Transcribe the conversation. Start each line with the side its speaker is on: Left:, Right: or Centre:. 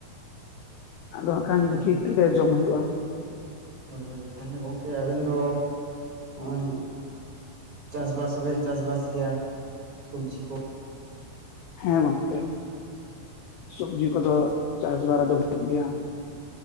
Right: ᱮᱠᱫᱚᱢ
Left: ᱟᱫᱚ ᱦᱟᱜ ᱠᱷᱟᱱ
Right: ᱛᱟᱦᱚᱞᱮ
Left: ᱫᱮᱠᱷᱤ
Right: ᱜᱚᱝ
Left: ᱛᱤᱨᱮ ᱡᱚᱢ ᱦᱩᱭᱩᱜᱼᱟ᱾
Right: ᱦᱳᱭ ᱦᱳᱭ ᱛᱟᱦᱚᱞᱮ ᱜᱚᱝᱠᱮ ᱟᱵᱮᱱ ᱫᱚ ᱱᱚᱜᱼᱚᱭᱼᱼ ᱪᱟᱥᱵᱟᱥ ᱦᱚᱸᱵᱮᱱ, ᱪᱟᱥᱵᱟᱥ ᱜᱮᱭᱟ ᱥᱚᱵᱽᱡᱤ ᱠᱚ?
Left: ᱦᱮᱸ ᱜᱚᱢᱠᱮ ᱥᱚᱵᱡᱤ ᱠᱚᱫᱚ ᱪᱟᱥ ᱵᱟᱲᱟ ᱫᱚ ᱦᱳᱭᱳᱜ ᱜᱮᱭᱟ᱾